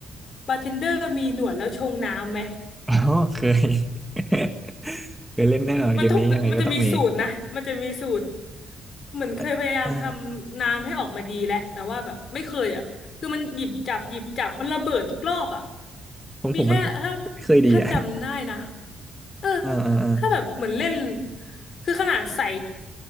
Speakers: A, on the left (about 55°); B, in the centre.
A: บาร์เทนเดอร์มีหนวดแล้วชงน้ำไหม
B: อ๋อเคย <laughs> เคยเล่นแน่นอนเกมนี้ยังไงก็ต้องมี
A: มันต้องมันมันจะมีสูตรนะมันจะมีสูตรเหมือนเคยพยายามทำน้ำให้ออกมาดีแหละแต่ว่าแบบไม่เคยอ่ะคือมันหยิบจับหยิบจับมันระเบิดทุกรอบอ่ะ
B: อ่ะอ่าผมผมมัน
A: มีแค่ถ้า
B: ไม่เคยดีอ่ะ
A: ถ้าจำได้นะเออ
B: อ่าอ่าอ่า
A: ถ้าแบบเหมือนเล่นคือขนาดใส่